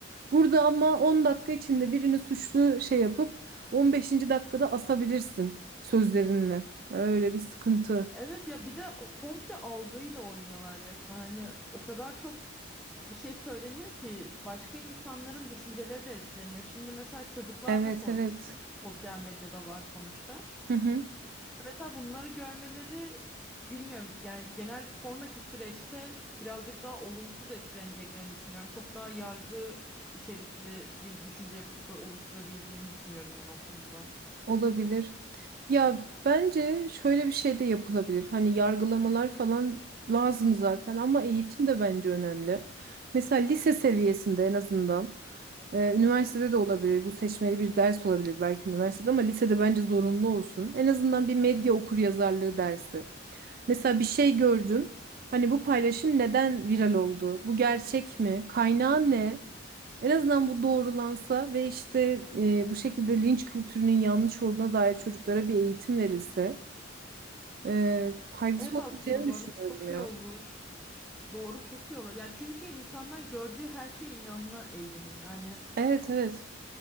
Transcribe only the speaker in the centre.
Evet ya bir de komple algıyla oynuyorlar resmen. Hani o kadar çok bir şey söyleniyor ki başka insanların düşünceleri de etkileniyor. Şimdi mesela çocuklar
da so-
sosyal medyada var sonuçta.
Mesela bunları görmeleri bilmiyorum yani genel sonraki süreçte birazcık daha olumsuz etkileneceklerini düşünüyorum. Çok daha yargı içerikli bir düşünce yapısı oluşturabileceğini düşünüyorum ben o konuda.
Evet
aslında bu
arada çok
iyi olur. Doğru çok iyi olur. Ya çünkü insanlar gördüğü her şeye inanma eğiliminde. Hani